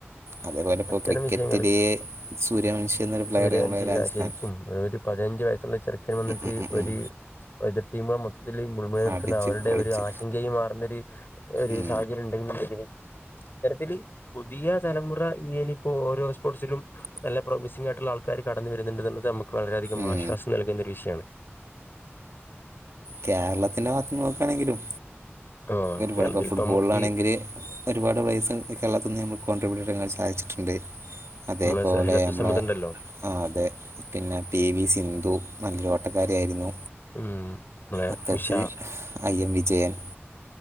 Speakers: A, on the right; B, on the left.
A: അതേപോലെ ഇപ്പോൾ
B: അത്തരം
A: ക്രിക്കറ്റില്
B: വിഷയങ്ങള്
A: സൂര്യവംശി എന്നൊരു പ്ലെയർ
B: സൂര്യൻ
A: നമ്മുടെ
B: ശ
A: രാജസ്ഥാൻ
B: ശരിക്കും ഒരു പതിനഞ്ച് വയസ്സുള്ള ഒരു ചെർക്കൻവന്നിട്ട്
A: ഉം ഉം ഉം
B: ഒര്
A: ഉം
B: എതിർടീമാളെ മൊത്തത്തില് മുൾമുനയിൽ ത്തത്തിന്
A: അടിച്ച്
B: അവരുടെ
A: പൊളിച്ച്
B: ഒരു ആശങ്കയും മാറുന്നൊര് ഒരു
A: ഉം
B: സാഹചര്യം ഉണ്ടെങ്കില് <unintelligible> ഇത്തരത്തില് പുതിയ തലമുറ ഇങ്ങനി ഇപ്പോ ഓരോ സ്പോർട്സിലും നല്ല പ്രോമിസിംഗായിട്ടുള്ള ആൾക്കാര് കടന്ന് വരുന്നുണ്ട്ന്ന്ള്ളത് നമ്മക്ക് വളരേയധികം
A: ഉം
B: ആശ്വാസം നൽകുന്ന ഒരു വിഷയാണ്
A: കേരളത്തിന്റെ മാത്രം നോക്കാണെങ്കിലും
B: ആഹ്
A: ഒരുപാട്
B: കേരളത്തിൽ
A: ഇപ്പോ ഫുട്ബോൾളാണെങ്കില്
B: ഇപ്പ നമുക്ക്
A: ഒരുപാട് പ്ലൈസ് കേരളത്തിൽ നിന്ന് നമ്മക്ക് കോൺട്രിബ്യൂട്ട് ചെയ്യച് അയച്ട്ടുണ്ട് അതേപോലെ
B: നമ്മളെ സഹൽ അബ്ദുസമദ്
A: നമ്മളെ
B: ഉണ്ടല്ലോ
A: അതെ പിന്നെ പി വി സിന്ധു മ്മല്ലു ട്ടക്കാരിയായിരുന്നു
B: ഉം നമ്മളെ
A: അത്തരത്തില്
B: ഉഷ
A: I M Vijayan